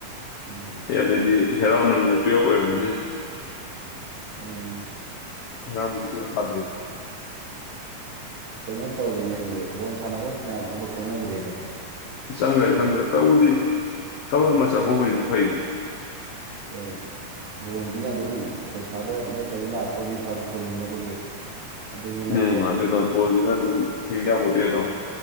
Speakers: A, on the right; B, on the left.
A: ꯎꯝ
B: ꯍ ꯑꯗꯨꯗꯤ ꯍꯦꯔ <unintelligible>
A: ꯎꯝ
B: ꯉꯔꯥꯡꯗꯨꯁꯨ <unintelligible>
A: ꯀꯩꯅꯣ ꯇꯧꯔꯤꯅꯦ ꯑꯗꯨꯗꯤ ꯕꯣꯜ ꯁꯥꯟꯅꯕ ꯐꯅꯌꯥꯝ ꯊꯕꯛ ꯆꯪꯅꯈ꯭ꯔꯦꯅꯦ
B: ꯆꯪꯉꯦ ꯈꯪꯉꯦ ꯇꯧꯕꯨꯗꯤl, ꯊꯕꯛ ꯑꯃ ꯆꯪꯍꯧꯕꯁꯤꯗꯤ ꯐꯩꯗꯅ
A: ꯍꯣꯏꯅꯦ ꯕꯣꯟꯁꯤꯅ ꯑꯗꯨꯝ ꯄꯩꯁꯥꯗꯣ ꯂꯦꯞꯇꯕꯤ ꯂꯥꯞꯄ ꯍꯣꯏꯗꯤ ꯐꯕ ꯀꯣꯏ ꯍꯤꯡꯅꯕꯒꯤ ꯑꯗꯨꯁꯨ ꯅꯠꯇꯦ
B: ꯎꯝ ꯑꯗꯨꯅ ꯕꯣꯁꯤꯅ ꯑꯗꯨꯝ ꯍꯤꯡꯗꯌꯥꯄ‌ꯣꯟꯇ‌ꯦꯗ‌ꯣ